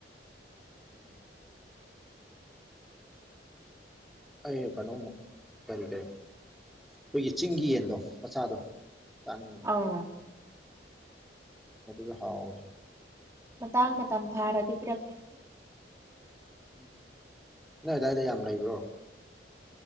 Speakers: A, in the centre; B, on the right.
A: ꯎꯝ ꯑꯩ ꯀꯩꯅꯣꯝꯃꯛ ꯀꯔꯤ ꯀꯔꯤ ꯑꯩꯈꯣꯏꯒꯤ ꯆꯤꯡꯒꯤ ꯗꯣ ꯃꯆꯥꯗꯣ ꯆꯥꯅꯤꯡꯉꯤ
B: ꯑꯧ
A: ꯁꯁꯨ ꯍꯥꯎ
B: ꯃꯇꯥꯡ ꯃꯇꯝ ꯐꯥꯔꯗꯤ ꯄꯤꯔꯛ
A: ꯎꯝ ꯅꯣꯏ ꯑꯗꯨꯗꯥꯏꯗ ꯌꯥꯝ ꯂꯩꯕ꯭ꯔꯣ